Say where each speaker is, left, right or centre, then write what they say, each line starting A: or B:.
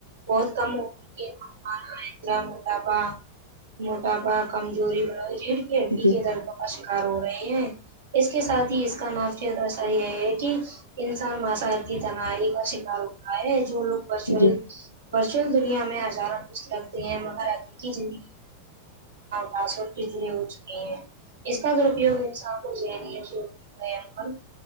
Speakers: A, on the right; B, on the left.
A: بہت کم ہو کے رہاندرا موٹاپا موٹاپا کمزوری بن ریڑ ک
B: جی
A: کے
B: جی
A: دردوں کا شکار ہو رہے ہیں اس کے ساتھ ہی اس کا نافت اثر یہ ہے کہ انسان ماسارتی تنائی کا شکار ہوتا ہے جو لوگ ورچوئل
B: جی
A: ورچوئل دنیا میں ہزاروں دوست رکھتے ہیں مگر حقیقی زندگی مسو ک ل <unintelligible> اس کا دوروپیوگ انسان کو ذہنی اذیت کے نی عمل